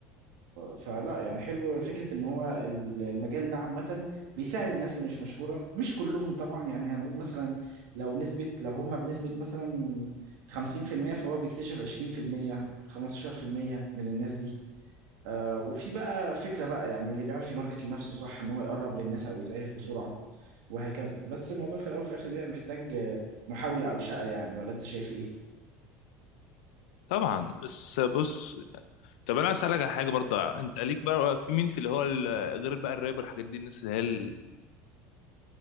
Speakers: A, on the right; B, on the left.
A: فلا يعني حلو فكرة إن هو ال- المجال ده عامة بيساعد الناس اللي مش مشهورة مش كلهم طبعا يعني هنقول مثلا لو نسبة لو هما بنسبة مثلا خمسين في المية فهو بيكتشف عشرين في المية خمستاشر في المية من الناس دي آه وفي بقى فكرة بقى يعني اللي بيعرف يماركت لنفسه صح ان هو يقرب للناس او يتعرف بسرعة وهكذا بس الموضوع في الاول وفي الاخر بيبقى محتاج آه، محاولة او شقة يعني ولا انت شايف ايه
B: طبعا بس بص طب انا عايز اسالك على حاجه برضه انت ليك بقى في مين في اللي هو ال- غير بقى الراب والحاجات دي الناس اللي هي ال-